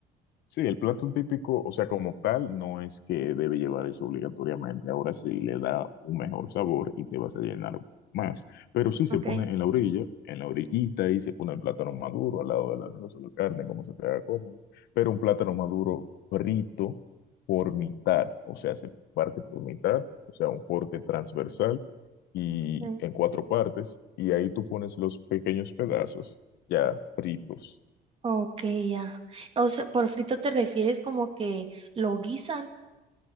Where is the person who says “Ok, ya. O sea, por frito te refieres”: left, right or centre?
Right